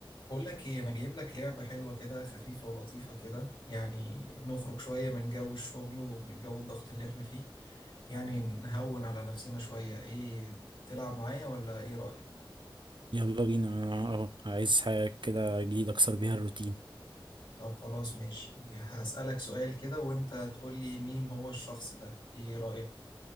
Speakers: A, on the left; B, on the right.
A: بقول لك ايه انا جايب لك لعبة حلوة كده خفيفة ولطيفة كده يعني نخرج شوية من جو الشغل ومن جو الضغط اللي احنا فيه يعني نهون على نفسنا شوية ايه تلعب معايا ولا ايه رأيك
B: يلا بينا اه عايز حاجة كده جديدة اكسر بيها الروتين
A: طب خلاص ماشي هسألك سؤال كده وانت تقول لي مين هو الشخص ده ايه رأيك